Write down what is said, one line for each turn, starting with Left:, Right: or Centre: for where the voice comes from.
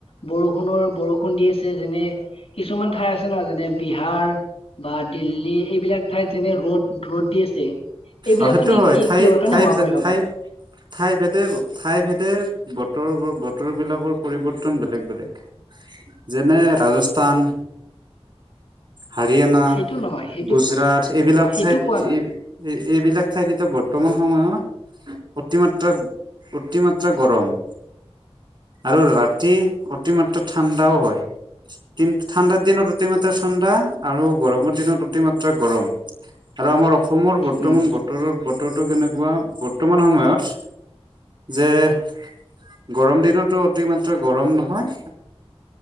Left: বৰষুণৰ বৰষুণ দি আছে, যেনে কিছুমান ঠাই আছে ন যেনে বিহাৰ বা দিল্লী এইবিলাক ঠাইত যেনে ৰ'দ ৰ'দ দি আছে। এইবিলাক
Right: অঁ সেইটো
Left: তুমি
Right: হয়,
Left: কি
Right: ঠাই
Left: কিহৰ কাৰণে
Right: ঠাই
Left: হোৱা বুলি ভাবা
Right: ঠাই ঠাই ভেদে ঠাই ভেদে বতৰ বতৰ বিলাকৰ পৰিৱৰ্তন বেলেগ বেলেগ। যেনে ৰাজস্থান। হাৰিয়ানা
Left: সেইটো নহয় সেইটো
Right: গুজৰাট
Left: অ
Right: এইবিলাক
Left: সেইটো
Right: চাইত-
Left: কোৱা নাই
Right: এই এইবিলাক ঠাইততো বৰ্তমান সময়ত- অতিমাত্ৰা অতিমাত্ৰা গৰম- আৰু ৰাতি অতিমাত্ৰ ঠাণ্ডাও হয়। কিন্তু ঠাণ্ডাৰ দিনত অতিমাত্ৰা ঠাণ্ডা আৰু গৰমৰ দিনত অতিমাত্ৰা গৰম। আৰু আমাৰ অসমৰ গো
Left: উম
Right: বতৰ বতৰটো কেনেকুৱা বৰ্তমান সময়ত যে- গৰম দিনতো অতি মাত্ৰা গৰম নহয়-